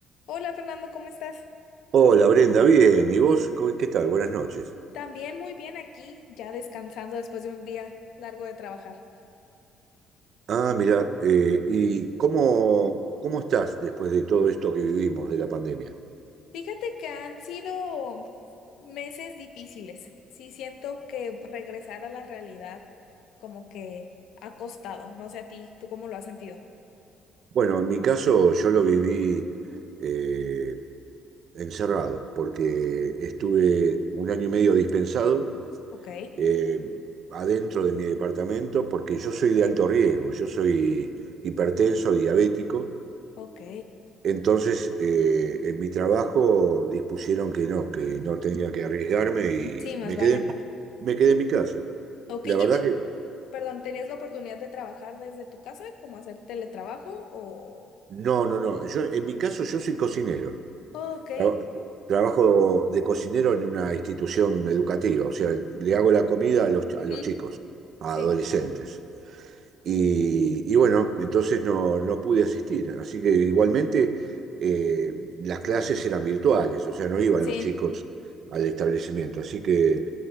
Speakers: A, on the left (about 70°); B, on the right (about 45°).
A: Hola Fernando, ¿cómo estás?
B: Hola Brenda, bien. ¿Y vos? ¿Cómo- ¿Qué tal? Buenas noches.
A: También muy bien aquí, ya descansando después de un día largo de trabajar.
B: Ah, mira, eh, ¿y cómo, cómo estás después de todo esto que vivimos de la pandemia?
A: Fíjate que han sido meses difíciles. Sí, siento que regresar a la realidad como que ha costado. No sé a ti, ¿tú cómo lo has sentido?
B: Bueno, en mi caso yo lo viví eh, encerrado, porque estuve un año y medio dispensado
A: Ok,
B: eh, adentro de mi departamento, porque yo soy de alto riesgo, yo soy hipertenso, diabético,
A: ok.
B: Entonces, eh, en mi trabajo dispusieron que no, que no tenía que arriesgarme y
A: Sí, más
B: me
A: vale.
B: quedé, me quedé en mi casa.
A: Ok,
B: La
A: y
B: verdad
A: tú,
B: que,
A: perdón, ¿tenías la oportunidad de trabajar desde tu casa, como hacer teletrabajo o...
B: no, no, no. Yo, en mi caso, yo soy cocinero.
A: Ok.
B: Tra- Trabajo de cocinero en una institución educativa, o sea, le hago la comida a los,
A: ujú,
B: a los chicos, a
A: Sí,
B: adolescentes. Y, y bueno, entonces no, no pude asistir, así que igualmente eh, las clases eran virtuales, o sea, no iban
A: sí.
B: los chicos al establecimiento, así que